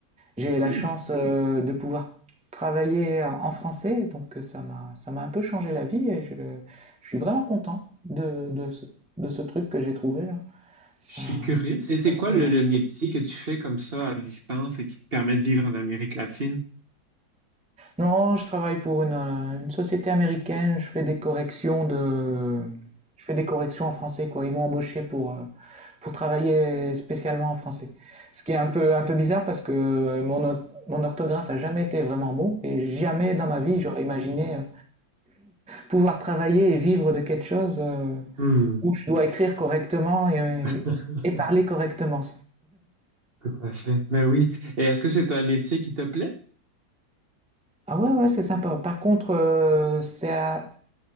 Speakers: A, in the centre; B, on the right.
A: J'ai
B: OK.
A: la chance euh, de pouvoir travailler en français, donc euh, ça m'a ça m'a un peu changé la vie et je, je suis vraiment content de, de ce, de ce truc que j'ai trouvé là. Ça,
B: Je suis curieux. C'est
A: ça
B: c'est
A: me
B: quoi
A: plaît
B: le,
A: bien.
B: le métier que tu fais comme ça à distance et qui te permet de vivre en Amérique latine?
A: Non, je travaille pour une, euh, une société américaine, je fais des corrections de je fais des corrections en français quoi. Ils m'ont embauché pour euh, pour travailler spécialement en français. Ce qui est un peu un peu bizarre parce que euh, mon mon orthographe a jamais été vraiment bon et jamais dans ma vie j'aurais imaginé euh, pouvoir travailler et vivre de quelque chose euh,
B: Hmm,
A: où je dois écrire correctement et,
B: <laughs>
A: et parler correctement.
B: tout à fait. Ben oui. Et est-ce que c'est un métier qui te plaît?
A: Ah ouais, ouais, c'est sympa. Par contre, euh, c'est à-